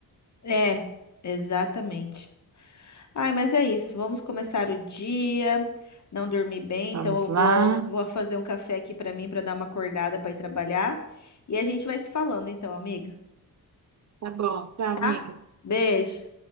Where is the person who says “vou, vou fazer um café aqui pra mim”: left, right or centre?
Left